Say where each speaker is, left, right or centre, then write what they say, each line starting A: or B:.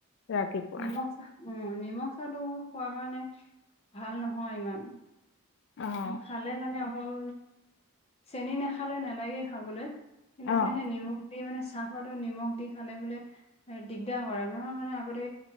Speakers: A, on the left; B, on the left.
A: ৰাতিপুৱা
B: নিমখ চাহ, উম নিমখ চাহটোৰ খোৱা কাৰণে ভাল নহয় ইমান।
A: অ',
B: খালে মানে অকল, চেনী নাখালে নালাগে খাবলৈ। কিন্তু
A: অ',
B: মানে সেই নিম দি মানে চাহপাতো নিমখ দি খালে বোলে এ দিগদাৰ কৰে মই মানে আগতে